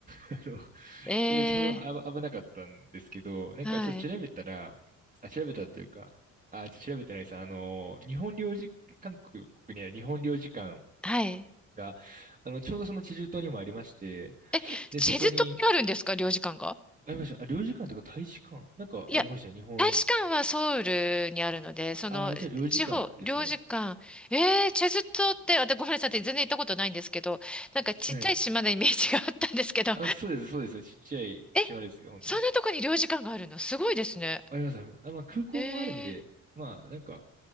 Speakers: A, on the right (about 25°); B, in the centre.
A: <laughs> あの、
B: ええ
A: でちょうどあ危なかったんですけど、なんかちょっと調べたら、
B: はい。
A: あ、調べたというか、あ、ちょっと調べてないです。あの、日本領事、韓国にある日本領事館
B: はい。
A: が、あの、ちょうどその地州島にもありまして、
B: え、
A: で、
B: チェズ島にあるんですか領事館が。
A: そこに、ありました。あ、領事館とか大使館なんかありましたよ、
B: いや、
A: 日本。
B: 大使館はソウルにあるので、その、
A: あ、じゃあ領事館ですね。
B: 地方、領事館。えー、チェズ島って、あ、でごめんなさい、全然行ったことないんですけど、なんかちっちゃい島のイメージがあったんですけど、
A: はい。あ、そうです、そうです。ちっちゃい島ですよ、
B: え、
A: 本当に。
B: そんなとこに領事館があるのすごいですね。
A: あります、あります。あ、まあ空港もあるんで、
B: えー、
A: まあなんか、